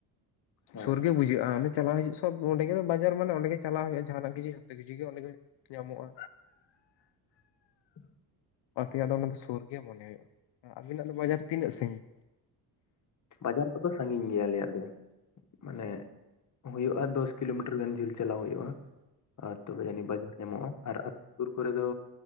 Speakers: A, on the left; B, on the left.
A: ᱦᱮᱸ
B: ᱥᱩᱨ ᱜᱮ ᱵᱩᱡᱷᱟᱹᱜᱼᱟ ᱚᱱᱮ ᱪᱟᱞᱟᱣ ᱦᱩᱭᱩᱜ ᱚᱸᱰᱮ ᱜᱮ ᱫᱚ ᱵᱟᱡᱟᱨ ᱢᱟᱱᱮ ᱚᱸᱰᱮ ᱜᱮ ᱪᱟᱞᱟᱜ ᱦᱩᱭᱩᱜᱼᱟ ᱡᱟᱦᱟᱱᱟᱜ ᱠᱤᱪᱷᱩ ᱡᱚᱛᱚ ᱠᱤᱪᱷᱩ ᱜᱮ ᱚᱸᱰᱮ ᱜᱮ ᱧᱟᱢᱚᱜᱼᱟ᱾
A: <unintelligible>
B: ᱚᱱᱛᱮᱭᱟᱜ ᱫᱚ ᱚᱱᱟ ᱫᱚ ᱥᱩᱨ ᱜᱮ ᱢᱚᱱᱮ ᱦᱩᱭᱩᱜᱼᱟ ᱟᱵᱤᱱᱟᱜ ᱫᱚ ᱵᱟᱡᱟᱨ ᱛᱤᱱᱟᱹᱜ ᱥᱟᱺᱜᱤᱧ᱾
A: ᱵᱟᱡᱟᱨ ᱠᱚᱫᱚ ᱥᱟᱺᱜᱤᱧ ᱜᱮᱭᱟ ᱟᱞᱮᱭᱟᱜ ᱫᱚ ᱢᱟᱱᱮ᱾ ᱦᱩᱭᱩᱜᱼᱟ ᱫᱚᱥ ᱠᱤᱞᱳᱢᱤᱴᱟᱨ ᱜᱟᱱ ᱡᱷᱟᱹᱞ ᱪᱟᱞᱟᱣ ᱦᱩᱭᱩᱜᱼᱟ, ᱟᱨ ᱛᱚᱲᱮ ᱡᱟᱹᱱᱤᱡ ᱵᱟᱡᱟᱨ ᱧᱟᱢᱚᱜᱼᱟ᱾ ᱟᱨ ᱟᱹᱛ ᱯᱩᱨ ᱠᱚᱨᱮ ᱫᱚ